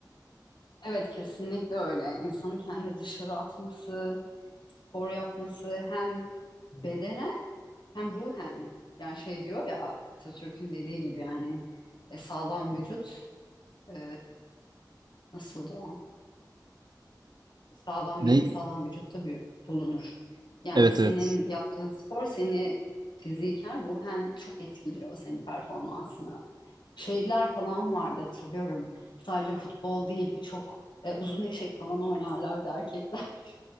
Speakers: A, on the left; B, on the right.
A: Evet kesinlikle öyle. İnsanın kendini dışarı atması, spor yapması hem bedenen hem ruhen. Yani şey diyor ya Atatürk'ün dediği gibi yani e, sağlam vücut e, nasıldı o? sağlam
B: Ne?
A: beyin sağlam vücutta bir bulunur. Yani
B: Evet
A: senin
B: evet.
A: yaptığın spor seni fiziken, ruhen çok etkiliyor senin performansını. Şeyler falan vardı hatırlıyorum. Sadece futbol değil birçok e, uzun eşek falan oynarlardı erkekler. <laughs>